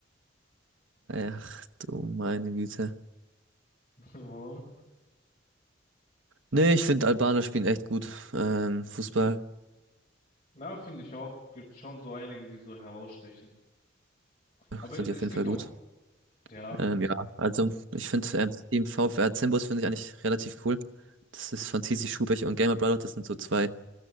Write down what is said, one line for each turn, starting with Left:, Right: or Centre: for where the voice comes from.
Right: Ach du meine Güte.
Left: <laughs> Warum?
Right: Nee, ich finde, Albaner spielen echt gut. Ähm, Fußball
Left: Na, finde ich auch. Gibt schon so einige, die so herausstechen. Aber
Right: sind die
Left: es
Right: auf jeden
Left: gibt
Right: Fall gut.
Left: auch, ja,
Right: Ähm, ja, also ich finde, ähm, das Team VfR Zimbus finde ich eigentlich relativ cool. Das ist von TC Schubech und Gamer Brother. Das sind so zwei